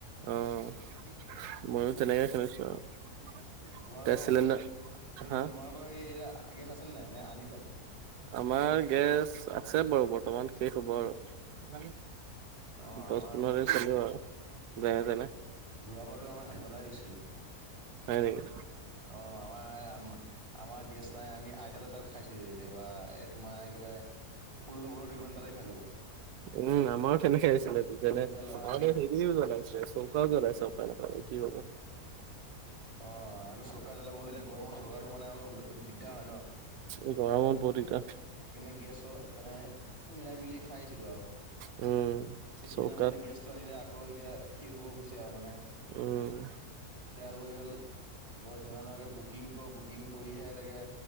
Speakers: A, on the right; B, on the right.
A: অ', মইও তেনেকে কৰিছোঁ আৰু।
B: তোমালোকৰ,
A: গেছ চিলিণ্ডাৰ
B: এইটো
A: হা
B: তোমালোকৰ, সেই গেছ আছে নে নাই, নে আনিবা।
A: আমাৰ গেছ আছে বাৰু বৰ্তমান, শেষ হ'ব আৰু।
B: অ' আমাৰ
A: দহ, পোন্ধৰ দিন চলিব আৰু যেনেতেনে।
B: যোৱাবাৰটো আমাৰ জেমেলাই হৈছিলে। অ',
A: হয় নেকি?
B: আমাৰ, আমাৰ গেছ নাই, আমি আইতাহতৰ তাত। খাইছোহি, একেবাৰে এ তোমাৰ একেবাৰে, ষোল্ল, পোন্ধৰ দিন মান তাতে খালো।
A: উম। আমাৰ সেনেকে আছিলে যেনে,
B: গেছডাল অহা নাই
A: হেৰিও জ্বলাইছে চৌকাও জ্বলাইচে কি হ'ব।
B: অ', আকৌ চৌকা জ্বলাবলৈ, এতিয়া গৰমত চৌকাটো মানে অলপ দিগদাৰ হয় ন।
A: এই গৰমত বহুত দিগদাৰ।
B: সেইকাৰণে, গেছৰ, তেনে মিলাই-মিলি খাইছিলো আৰু।
A: উম।
B: তে, সিদিনা
A: চৌকাত
B: মানে গেছটো আনিলে আকৌ, এতিয়া শেষ হ'ব হৈছে আৰু মানে।
A: উম।
B: এতিয়া আকৌ এইগাল, <unintelligible> বুকিং কৰ বুকিং। কৰিহে এতেকে,